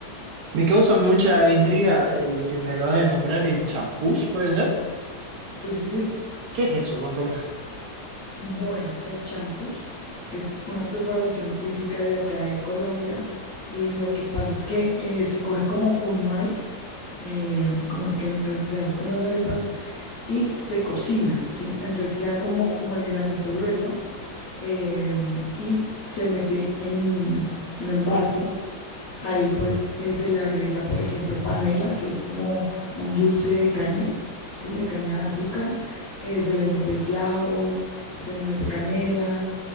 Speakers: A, on the right; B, on the left.
A: Me causa mucha intriga el que me acabas de nombrar, el champús, ¿puede ser?
B: Sí, sí, sí.
A: ¿Qué es eso? Cuéntame.
B: Bueno, el champús es una preparación típica de acá de Colombia y lo que pasa es que eh, se coge como un maíz, eh, como el que, el que se hace con las arepas, y se cocina, ¿sí? Entonces queda como, como el granito grueso eh, y se mete en, en un vaso Ahí pues eh, se le agrega, por ejemplo, panela, que es como un dulce de caña, ¿sí? De caña de azúcar. Eh, se le mete clavos, se le mete canela.